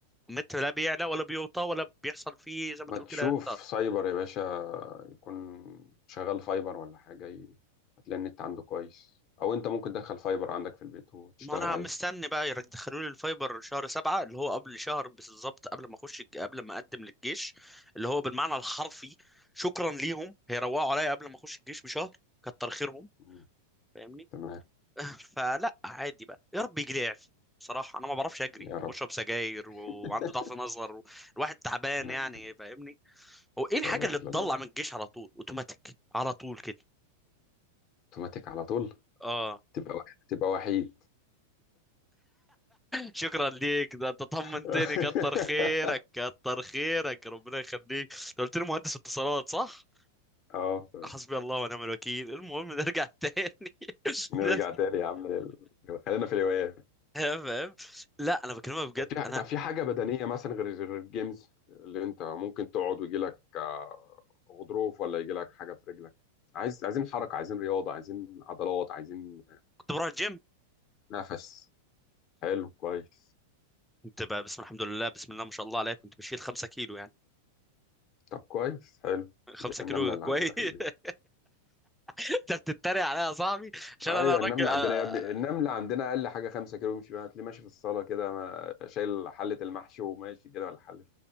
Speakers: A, in the centre; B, on the left (about 45°).
A: النت لا بيعلى ولا بيوطى ولا بيحصل فيه زي ما
B: ما
A: تقول
B: تشوف
A: كده
B: سايبر يا باشا يكون شغال فايبر ولا حاجة ي- هتلاقي النت عنده كويس أو أنت ممكن تدخل فايبر عندك في البيت وتشتغل
A: ما انا
B: عليه
A: مستني بقى يرد- يدخلوا لي الفايبر شهر سبعة اللي هو قبل شهر بالظبط قبل ما اخش الج- قبل ما اقدم للجيش اللي هو بالمعنى الحرفي شكرا ليهم هيروقوا عليا قبل ما اخش الجيش بشهر كتر خيرهم
B: مم.
A: فاهمني
B: تمام
A: <laughs> فلا عادي بقى يا رب يجي لي اعفاء بصراحة انا ما بعرفش اجري
B: يا
A: وبشرب
B: رب
A: سجاير و-
B: <laughs>
A: وعندي ضعف نظر و- الواحد تعبان
B: لا
A: يعني
B: إله
A: فاهمني هو ايه الحاجة
B: لا إله
A: اللي
B: إلا
A: تطلع
B: الله
A: من الجيش على طول اوتوماتيك على طول كده
B: أوتوماتيك على طول
A: اه
B: تبقى وحيد تبقى وحيد
A: شكرا ليك ده انت طمنتني
B: <laughs>
A: كتر خيرك كتر خيرك ربنا يخليك انت قلت لي مهندس اتصالات صح
B: أه تمام
A: حسبي الله ونعم الوكيل المهم نرجع تاني <laughs>
B: نرجع
A: نرجع
B: تاني يا عم لل... خلينا في الهوايات
A: تمام لا انا بكلمك بجد
B: طب في
A: انا
B: طب في حاجة بدنية مثلا غير غير الجيمز اللي انت ممكن تقعد ويجي لك آه، غضروف ولا يجي لك حاجة في رجلك عايز عايزين حركة عايزين رياضة عايزين عضلات عايزين
A: كنت بروح الجيم
B: نفس حلو كويس
A: كنت ب- بسم الحمد لله بسم الله ما شاء الله عليك كنت بشيل 5 كيلو يعني
B: طب كويس حلو
A: 5
B: زي النملة
A: كيلو
B: اللي
A: كويس
B: عندنا في
A: <laughs>
B: البيت
A: انت بتتريق عليا يا صاحبي عشان
B: ايوه
A: انا
B: النملة
A: راجل آه،
B: عندنا يا ابني النملة عندنا اقل حاجة خمسة كيلو يمشي بيها تلاقيه ماشي في الصالة كده ما- شايل حلة المحشي وماشي كده ولا حلة